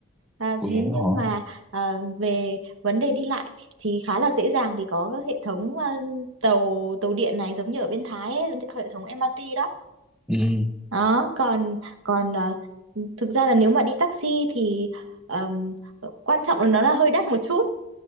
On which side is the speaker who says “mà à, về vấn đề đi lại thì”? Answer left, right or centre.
Right